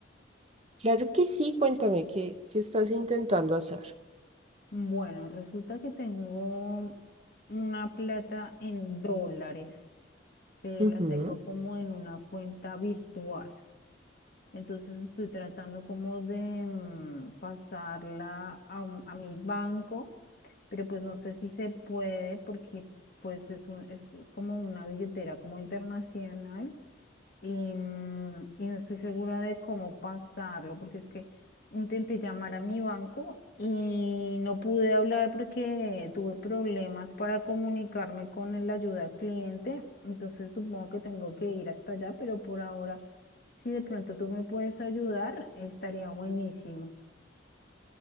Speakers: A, on the right; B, on the left.
A: Claro que sí, cuéntame qué, qué estás intentando hacer.
B: Bueno, resulta que tengo una plata en dólares, pero
A: Ujú.
B: la tengo como en una cuenta virtual. Entonces estoy tratando como de mm, pasarla a, un- a mi banco, pero pues no sé si se puede porque pues es, un- es es como una billetera como internacional y, mm, y no estoy segura de cómo pasarlo, porque es que intenté llamar a mi banco y no pude hablar porque tuve problemas para comunicarme con el ayuda al cliente, entonces supongo que tengo que ir hasta allá, pero por ahora, si de pronto tú me puedes ayudar, estaría buenísimo.